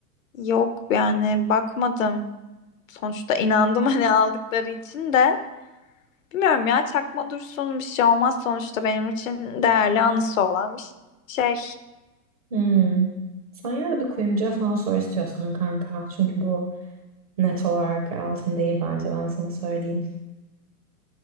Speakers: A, on the left; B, on the right.
A: Yok yani bakmadım. Sonuçta inandım <laughs> hani aldıkları için de. Bilmiyorum ya çakma dursun bir şey olmaz sonuçta benim için değerli anısı olan bir şey.
B: Hmm. Sen yine de bir kuyumcuya falan sor istiyorsan kanka. Çünkü bu net olarak altın değil bence ben sana söyleyeyim.